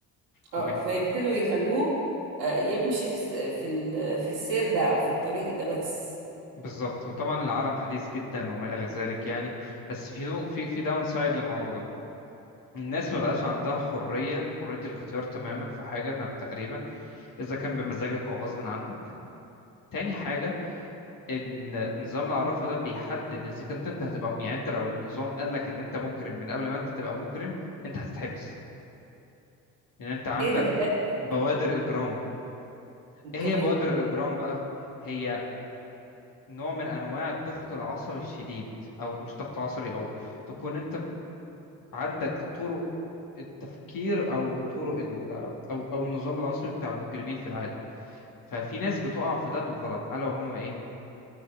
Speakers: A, on the right (about 85°); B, on the left (about 40°).
A: اه
B: وبيتح...
A: فيبتدوا يخلوه آه، يمشي في الس- في ال- في السير ده او في الطريق ده بس
B: بالظبط وطبعا العالم حديث جدا وما إلى ذلك يعني بس في نو- في في داون سايد للموضوع ده الناس ما بقاش عندها حرية حرية الاختيار تماما في حاجة نا- تقريبا إذا كان بمزاجك أو غصب عنك تاني حاجة إن نظام العرافة ده بيحدد إذا كنت أنت هتبقى يعني أنت لو النظام قال لك إن أنت مجرم من قبل ما أنت تبقى مجرم أنت هتتحبس لأن أنت عندك
A: ايه ده بجد
B: بوادر إجرام إيه
A: تمام
B: هي بوادر الإجرام بقى؟ هي نوع من انواع الضغط العصبي الشديد او مش ضغط عصبي او تكون انت ب- عندك طرق التفكير او طرق ال او او النظام العصبي بتاع المجرمين في العاده ففي ناس بتقع في ده بالغلط الا وهم ايه